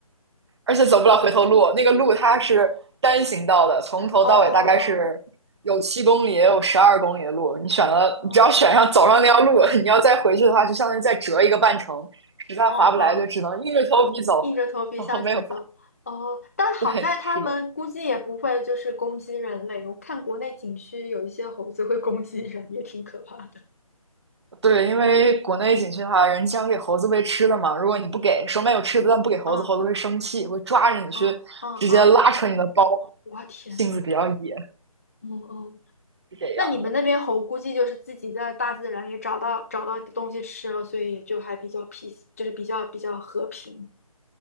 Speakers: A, on the right; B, on the left.
A: 而且走不了回头路，那个路它是单行道的，
B: 嗯，
A: 从头到尾大概是有七公里，
B: 哦，
A: 也有十二公里的路，你选了，
B: 哦，
A: 你只要选上走上那条路，<laughs> 你要再回去的话，就相当于再折一个半程，实在划不来就只能硬着头皮走，
B: 哦，哦，硬着头皮向前走。
A: <laughs> 然没有，
B: 哦，但好在他们估计也不会就是攻击人类。
A: 对，是的。
B: 我看国内景区有一些猴子会攻击人，也挺可怕的。
A: 对，因为国内景区的话，人家常给猴子喂吃的嘛。如果你不给，手里面有吃的，但不给猴子，
B: 嗯
A: 猴子会生气，会抓着你去，
B: 嗯嗯嗯，
A: 直接拉扯你的包。
B: 我天，
A: 性子比较野，
B: 嗯嗯，
A: 是这样的。
B: 那你们那边猴估计就是自己在大自然也找到找到东西吃了，所以就还比较 peace，就是比较比较和平。